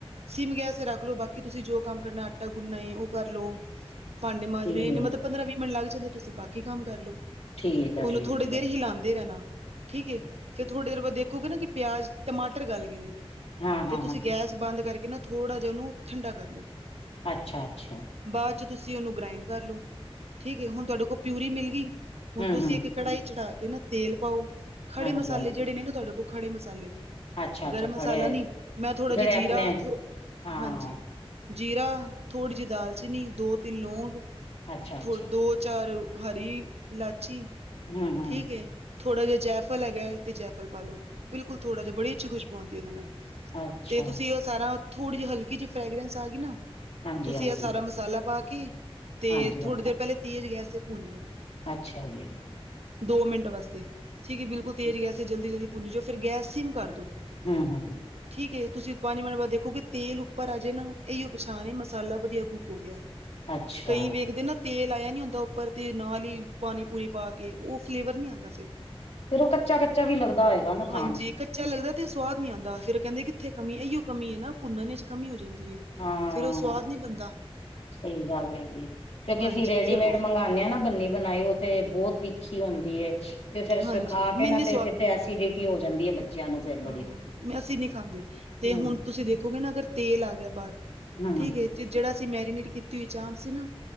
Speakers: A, on the right; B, on the left.
A: ਸਿਮ ਗੈਸ ਰੱਖ ਲਓ ਬਾਕੀ ਤੁਸੀਂ ਜੋ ਕੰਮ ਕਰਨਾ ਆਟਾ ਗੁੰਨਾ ਏ ਉਹ ਕਰ ਲੋ ਭਾਂਡੇ ਮਾਂਜਨੇ
B: ਠੀਕ
A: ਮਤਲਬ ਪੰਦਰਾਂ, ਵੀਹ ਮਿੰਟ ਲੱਗ ਜਾਂਦੇ, ਤੁਸੀਂ ਬਾਕੀ ਕੰਮ ਕਰ ਲੋ
B: ਠੀਕ ਹੈ
A: ਉਹਨੂੰ
B: ਠੀਕ
A: ਥੋੜ੍ਹੀ ਦੇਰ
B: ਹੈ
A: ਹੀ ਲਾਉਂਦੇ ਰਹਿਣਾ, ਠੀਕ ਹੇ ਫੇਰ ਥੋੜੀ ਦੇਰ ਬਾਅਦ ਦੇਖੋਗੇ ਨਾ ਕਿ ਪਿਆਜ ਟਮਾਟਰ ਗਲ ਗਏ ਨੇ,
B: ਹਾਂ ਹਾਂ
A: ਤੇ ਤੁਸੀਂ
B: ਹਾਂ
A: ਗੈਸ ਬੰਦ ਕਰਕੇ ਨਾ ਥੋੜ੍ਹਾ ਜਿਹਾ ਉਹਨੂੰ ਠੰਡਾ ਕਰ ਲਓ
B: ਅੱਛਾ-ਅੱਛਾ।
A: ਬਾਅਦ ਚ ਤੁਸੀਂ ਉਹਨੂੰ ਗ੍ਰਾਇੰਡ ਕਰ ਲਓ, ਠੀਕ ਹੈ ਹੁਣ ਤੁਹਾਡੇ ਕੋਲ ਪਿਊਰੀ ਮਿਲ ਗਈ, ਹੁਣ
B: ਹਮ
A: ਤੁਸੀਂ
B: ਹਮ
A: ਇੱਕ ਕਢਾਈ ਚੜ੍ਹਾ ਕੇ ਨਾ ਤੇਲ ਪਾਓ- ਖੜੇ
B: ਹਾਂਜੀ
A: ਮਸਾਲੇ
B: ਹਾਂਜੀ
A: ਜਿਹੜੇ ਨੇ, ਨਾ ਤੁਹਾਡੇ ਕੋਲ ਖੜੇ ਮਸਾਲੇ
B: ਅੱਛਾ ਅੱਛਾ
A: ਗਰਮ ਮਸਾਲਾ
B: ਖੜੇ
A: ਨੀ ਮੈਂ ਥੋੜਾ
B: ਜਿਹੜੇ
A: ਜਿਹਾ
B: ਆਪਣੇ
A: ਜੀਰਾ
B: ਹਾਂ
A: ਹਾਂਜੀ ਜੀਰਾ ਥੋੜ੍ਹੀ ਜਿਹੀ ਦਾਲ-ਚੀਨੀ ਦੋ, ਤਿੰਨ ਲੌਂਗ
B: ਅੱਛਾ
A: ਥੋ
B: ਅੱਛਾ
A: ਦੋ ਚਾਰ ਹਰੀ ਇਲਾਚੀ
B: ਹੂੰ ਹੂੰ
A: ਠੀਕ ਹੇ ਥੋੜਾ ਜਿਹਾ ਜੈਫਲ ਹੈਗਾ, ਤੇ ਜੈਫਲ ਪਾ ਲਓ, ਬਿਲਕੁਲ ਥੋੜਾ ਜਹਾ ਬੜੀ ਅੱਛੀ ਖੁਸ਼ਬੂ ਆਉਦੀ ਉਹਦੇ ਨਾਲ
B: ਅੱਛਾ
A: ਤੇ ਤੁਸੀਂ ਔ ਸਾਰਾ ਥੋੜ੍ਹੀ ਜਿਹੀ ਹਲਕੀ ਜਿਹੀ ਫਰੈਗਰੈਂਸ ਆ ਗਈ ਨਾ
B: ਹਾਂਜੀ
A: ਤੁਸੀਂ
B: ਹਾਂਜੀ
A: ਇਹ ਸਾਰਾ ਮਸਾਲਾ ਪਾ ਕੇ, ਤੇ
B: ਹਾਂਜੀ ਹਾਂ
A: ਥੋੜ੍ਹੀ ਦੇਰ ਪਹਿਲੇ ਤੇਜ ਗੈਸ ਭੁੰਨ ਲੋ
B: ਅੱਛਾ ਜੀ।
A: ਦੋ ਮਿੰਟ ਵਾਸਤੇ ਠੀਕ ਹੈ, ਬਿਲਕੁਲ ਤੇਜ਼ ਗੈਸ ਜਲਦੀ-ਜਲਦੀ ਭੁੰਨੀ ਜਾਓ ਫਿਰ ਗੈਸ ਸਮ ਕਰ ਦੋ
B: <unintelligible>
A: ਠੀਕ ਹੈ, ਤੁਸੀਂ ਪੰਜ ਮਿੰਟ ਬਾਅਦ ਦੇਖੋਗੇ, ਤੇਲ ਉੱਪਰ ਆਜੇ ਨਾ ਇਹੀ ਪਛਾਣ ਮਸਾਲਾ ਵਧੀਆ ਕੁੱਕ ਹੋ ਗਿਆ
B: ਅੱਛਾ
A: ਕਈ ਵੇਖਦੇ ਨਾ ਤੇਲ ਆਇਆ ਨਹੀਂ ਹੁੰਦਾ, ਉੱਪਰ ਤੇ ਨਾਲ ਹੀ ਪਾਣੀ ਪੂਣੀ ਪਾ ਕੇ ਉਹ ਫਲੇਵਰ ਨੀ ਆਉਂਦਾ ਫਿਰ
B: ਫਿਰ ਉਹ ਕੱਚਾ-ਕੱਚਾ ਵੀ ਲੱਗਦਾ ਹੋਏਗਾ, ਨਾ ਖਾਨ
A: ਹਾਂਜੀ
B: ਚ
A: ਕੱਚਾ ਲੱਗਦਾ ਤੇ ਸਵਾਦ ਨੀ ਆਉਂਦਾ, ਫਿਰ ਕਹਿੰਦੇ ਕਿੱਥੇ ਕਮੀ ਇਹੀਓ ਕਮੀ ਹੈ, ਨਾ ਪੁੰਨ ਚ ਕਮੀ ਹੋ ਜਾਂਦੀ ਹੈ।
B: ਹਾਂ
A: ਫਿਰ ਉਹ ਸਵਾਦ ਨੀ ਬਣਦਾ
B: ਸਹੀ ਗੱਲ ਹੈਗੀ, ਕਿਉਂਕਿ
A: ਹਾਂਜੀ
B: ਅਸੀਂ ਰੈਡੀਮੇਡ
A: ਫਿਰ ਉਹ
B: ਮੰਗਵਾਉਂਦੇ ਹਾਂ ਨਾ, ਬੰਨੀ ਬਣਾਈ ਤੇ ਬਹੁਤ ਤਿੱਖੀ ਹੁੰਦੀ ਏ, ਤੇ ਫੇਰ
A: ਹਾਂਜੀ
B: ਸੁਖਾ
A: ਮੈਨੂੰ
B: ਕੇ ਨਾ
A: ਨੀ
B: ਤੇ ਫਿਰ ਤੇ ਅਸੀ ਵੀ ਹੋ ਜਾਂਦੀ ਹੈ ਬੱਚਿਆਂ ਨੂੰ ਫੇਰ ਬੜੀ
A: ਹਾਂ-ਹਾਂ ਅਸੀਂ ਨੀ ਖਾਂਦੇ ਤੇ
B: ਹੂੰ
A: ਹੁਣ ਤੁਸੀਂ ਦੇਖੋਗੇ, ਨਾ ਅਗਰ ਤੇਲ ਆ ਗਿਆ ਬਾਹਰ
B: ਹੂੰ
A: ਠੀਕ ਹੈ ਤੇ ਜਿਹੜਾ ਅਸੀਂ ਮੈਰੀਨੇਟ ਕੀਤੀ ਹੋਈ ਚਾਂਪ ਸੀ ਨਾ,